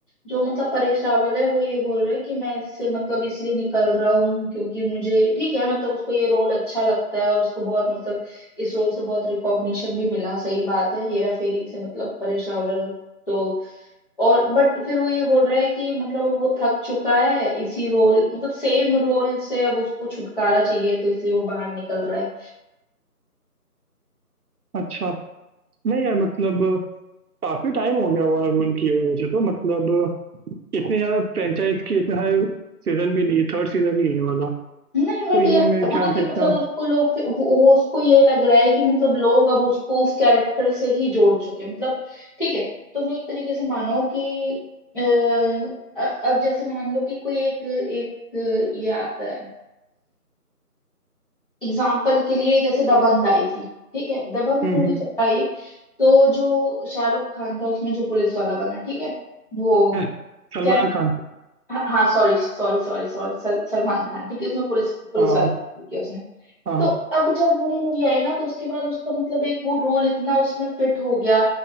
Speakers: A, on the left; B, on the right.
A: जो मतलब परेश रावल है वो ये बोल रहे हैं कि मैं इससे मतलब इसलिए निकल रहा हूँ क्योंकि मुझे ठीक है मतलब उसको ये रोल अच्छा लगता है और उसको बहुत मतलब इस रोल से बहुत रिकॉग्निशन भी मिला सही बात है हेरा फेरी से मतलब परेश रावल तो और बट फिर वो ये बोल रहे हैं कि मतलब अब वो थक चुका है इसी रोल मतलब सेम रोल से अब उसको छुटकारा चाहिए तो इसलिए वो बाहर निकल रहा है
B: अच्छा नहीं यार मतलब काफी टाइम हो गया ओवरऑल किए हुए मुझे तो मतलब इतने ज्यादा फ्रेंचाइज के इतने सारे सीजन भी नहीं है थर्ड सीजन ही है ये वाला
A: नहीं बट
B: तो ये
A: ये होगा
B: मेरे ख्याल
A: ना कि
B: से इतना
A: मतलब उसको लोग फिर- वो वो- उसको ये लग रहा है कि मतलब लोग अब उसको उस कैरेक्टर से ही जोड़ चुके हैं मतलब ठीक है तुम एक तरीके से मानो कि अ, अ- अब जैसे मान लो कि कोई एक एक ये आता है एग्जाम्पल के लिए जैसे दबंग आई थी ठीक है दबंग
B: हम्म
A: मूवी
B: हम्म,
A: जब आई तो जो शाहरुख खान था उसमें जो पुलिस वाला बना ठीक है वो
B: है, सलमान
A: क्या
B: खान
A: हाँ sorry sorry sorry sorry सल, Salman Khan ठीक है उसमें पुलिस पुलिस
B: हाँ
A: वाला किया उसने
B: हाँ हाँ
A: तो अब जब वो मूवी आई ना तो उसके बाद उसका मतलब एक वो रोल इतना उसमें फिट हो गया